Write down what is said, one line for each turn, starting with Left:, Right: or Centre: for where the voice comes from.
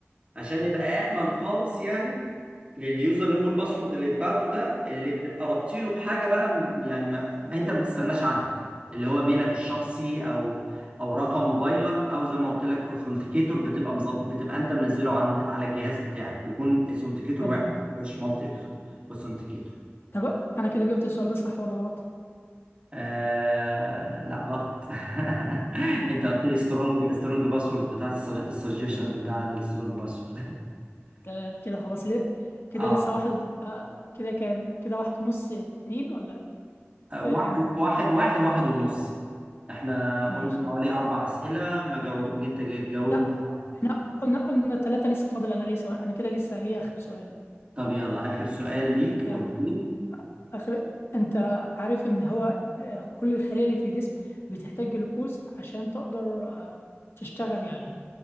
Right: عشان نبقى أأمن خالص يعني لليوزر نيم والباسورد اللي اتبعته ده اللي بنبقى رابطينه بحاجة بقى م- يعني ما, ما انت ما تستغناش عنها اللي هو ميلك الشخصي او او رقم موبايلك او زي ما قلت لك اوثنتيكيتور بتبقى مظب... بتبقى انت منزله عند على الجهاز بتاعك بيكون اوثنتيكيتور
Left: تمام
Right: واحد مش مالتي اوثنتيكيتور
Left: طب أنا كده جبت السؤال ده صح ولا غلط؟
Right: آه... لا غلط <laughs> انت قلت لي سترونج سترونج باسورد بتاع السجيشن بتاع السترونج باسورد
Left: تمام كده خلاص ليه كده
Right: اه
Left: لسه واحد آه، كده كام كده واحد ونص اتنين ولا
Right: واحد
Left: كده كام
Right: واحد واحد واحد ونص احنا
Left: ماشي
Right: قلنا حوالي أربع أسئلة ما جو... أنت جاوبني
Left: لا احنا قلنا قلنا ثلاثة لسه فاضل انا ليه سؤال انا كده لسه ليه اخر سؤال
Right: طب يلا آخر سؤال ليك قول
Left: يلا
Right: لي
Left: اخر انت عارف ان هو آه، كل الخلايا اللي في الجسم بتحتاج جلوكوز عشان تقدر آه، تشتغل يعني